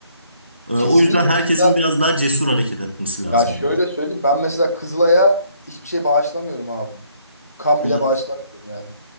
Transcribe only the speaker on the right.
Ee, O
yüzden herkesin
biraz daha cesur hareket etmesi lazım.
diyor.
Evet,